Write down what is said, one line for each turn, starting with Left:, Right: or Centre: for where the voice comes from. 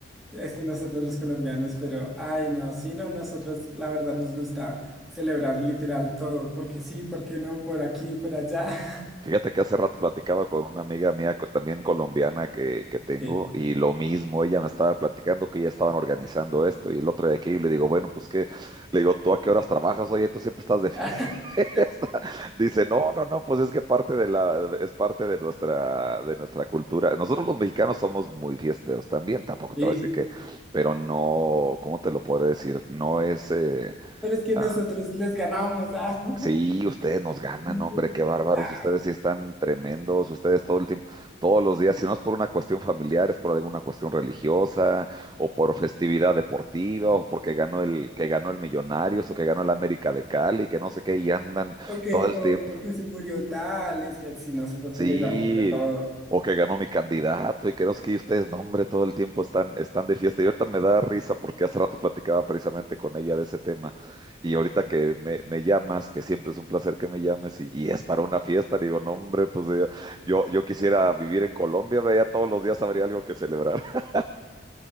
Centre: es que nosotros los colombianos, pero ay no, sí, no, nosotros la verdad nos gusta celebrar literal todo, porque sí, porque no, por aquí, por allá. <laughs>
Right: Fíjate que hace rato platicaba con una amiga mía, co- también colombiana que, que tengo,
Centre: Sí,
Right: y lo mismo, ella me estaba platicando que ya estaban organizando esto y el otro de aquí, y le digo, bueno, pues qué, le digo, ¿tú a qué horas trabajas? Oye, tú siempre estás de <laughs>
Centre: <laughs>
Right: fiesta. Dice, no, no, no, pues es que parte de la, es parte de nuestra, de nuestra cultura. Nosotros los mexicanos somos muy fiesteros también, tampoco
Centre: sí,
Right: te voy a decir que, pero no, ¿cómo te lo podré decir? No es, eh,
Centre: pero es que
Right: ah,
Centre: nosotros les ganamos, ah. <laughs>
Right: sí, ustedes nos ganan,
Centre: O
Right: hombre, qué bárbaros,
Centre: sea,
Right: ustedes sí están tremendos, ustedes todo el tiempo, todos los días, si no es por una cuestión familiar, es por alguna cuestión religiosa, o por festividad deportiva, o porque ganó el, que ganó el Millonarios, o que ganó el América de Cali, que no sé qué, y andan
Centre: o que,
Right: todo el tiempo
Centre: o, o que se murió tal, es que si nosotros
Right: Sí,
Centre: celebramos de todo.
Right: o que ganó mi candidato y que no sé qué, y ustedes, no, hombre, todo el tiempo están, están de fiesta. Y ahorita me da risa porque hace rato platicaba precisamente con ella de ese tema. Y ahorita que me, me llamas, que siempre es un placer que me llames, y, y es para una fiesta, digo, no, hombre, pues eh, yo, yo quisiera vivir en Colombia, hombre, ya todos los días habría algo que celebrar. <laughs>